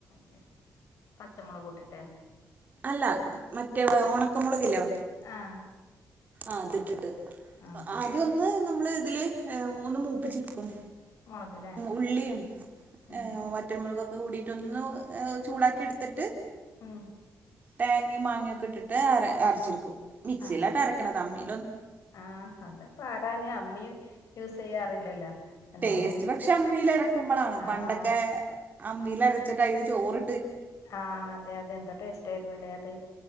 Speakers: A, on the left; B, on the right.
A: ശരി പച്ചമുളക് കൂട്ടിട്ടെ
B: അല്ല മറ്റേ ഓണക്ക മുളകില്ലേ
A: ആഹ്
B: ആതിട്ടിട്ട്
A: ആഹ്
B: ആദ്യം ഒന്ന് നമ്മള് ഇതില് ഒന്ന് മൂപ്പിച്ചെടുക്കും
A: മുളക്ല്ലേ
B: ഉള്ളിയും
A: ഉം
B: ഏ മറ്റൻമുളക് കൂടിട്ടൊന്ന് ചൂടാക്കി എടുത്തിട്ട്
A: ഉം
B: തേങ്ങി മാങ്ങൊക്കെ ഇട്ടിട്ട് അര അരച്ചിരിക്കും മിക്സിയിലിട്ട്
A: ആഹ്
B: അരക്കണത് അമ്മി
A: ആഹ് അതപ്പ ആരാണ് അമ്മി യൂസ് ചെയ്യാറില്ലല്ലോ എല്ലാരും
B: ടേസ്റ്റ് പക്ഷെ അമ്മിൽ ഇറക്കുമ്പോളാണ് പണ്ടൊക്കെ
A: ആഹ്
B: അമ്മിൽ ഇരച്ചിട്ട് അതിന് ചോറ്
A: ആഹ അതെ അതെ എന്താ ടേസ്റ്റ് ആയിരുന്നല്ലേ അത്